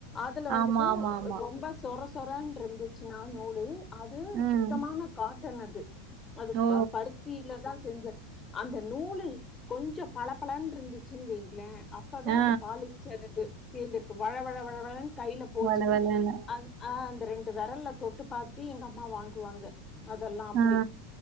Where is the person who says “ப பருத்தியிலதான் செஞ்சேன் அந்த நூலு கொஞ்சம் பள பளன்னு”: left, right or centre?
Left